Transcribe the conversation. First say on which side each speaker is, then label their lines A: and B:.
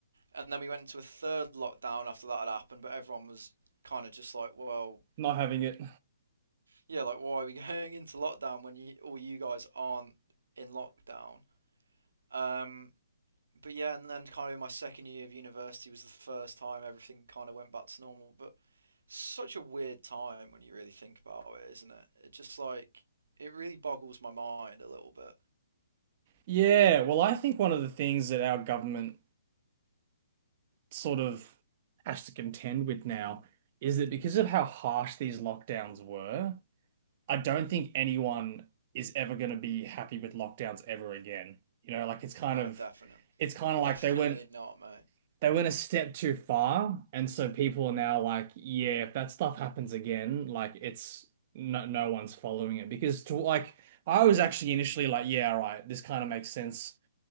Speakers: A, on the right; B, on the right.
A: And then we went into a third lockdown after that had happened, but everyone was kind of just like, well,
B: Not having it.
A: yeah, like why are we <laughs> going into lockdown when you, all you guys aren't in lockdown? Um, but yeah, and then kind of in my second year of university was the first time everything kind of went back to normal. But such a weird time when you really think about it, isn't it? It just like it really boggles my mind a little bit.
B: Yeah, well, I think one of the things that our government sort of has to contend with now is that because of how harsh these lockdowns were, I don't think anyone is ever going to be happy with lockdowns ever again. You know, like it's kind
A: No,
B: of,
A: definitely,
B: it's kind of
A: definitely
B: like they went
A: not, mate.
B: they went a step too far, and so people are now like, yeah, if that stuff happens again, like it's no no one's following it because to like I was actually initially like, yeah, all right, this kind of makes sense,